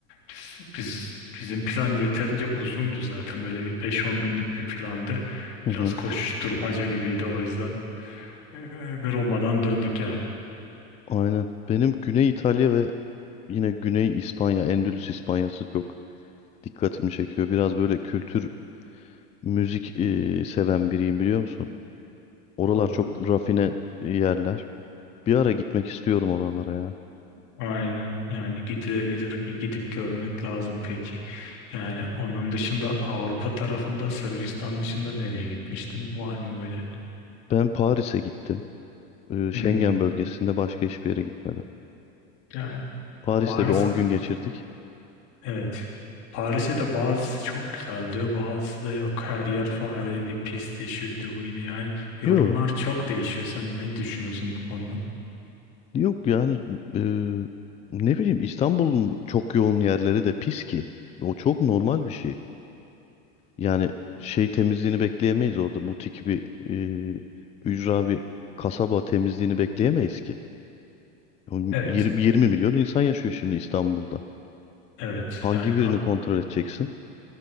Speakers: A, on the left; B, on the left.
A: Biz, biz- bizim plan yeterince uzundu zaten böyle bir beş on günlük bir plandı.
B: hı
A: Biraz
B: hı.
A: koşuşturmaca gibiydi o yüzden. Ee, Roma'dan döndük yani.
B: Aynen. Benim Güney İtalya ve yine Güney İspanya, Endülüs İspanyası çok dikkatimi çekiyor. Biraz böyle kültür, müzik e, seven biriyim biliyor musun? Oralar
A: Doğru.
B: çok rafine yerler. Bir ara gitmek istiyorum oralara ya.
A: Aynen yani gidilebilir bir gidip görmek lazım peki. Yani onun dışında Avrupa tarafında Sırbistan dışında nereye gitmiştin? Var mı böyle?
B: Ben Paris'e gittim. E, Schengen
A: Hmm.
B: bölgesinde başka hiçbir yere gitmedim.
A: Yani
B: Paris'te
A: Paris
B: bir 10 gün geçirdik.
A: evet. Paris'e de bazısı çok güzel diyor, bazısı da yok. Her yer fareydi, pisti, şuydu, buydu. Yani yorumlar
B: Yok,
A: çok değişiyor. Sen ne düşünüyorsun bu konuda?
B: yok yani e, ne bileyim İstanbul'un çok yoğun yerleri de pis ki. O çok normal bir şey. Yani şey temizliğini bekleyemeyiz orada. Butik bir e, ücra bir kasaba temizliğini bekleyemeyiz ki. Oğlum
A: Evet,
B: 20, 20 milyon insan yaşıyor şimdi İstanbul'da.
A: evet.
B: Hangi
A: Yani
B: birini
A: a-
B: kontrol edeceksin?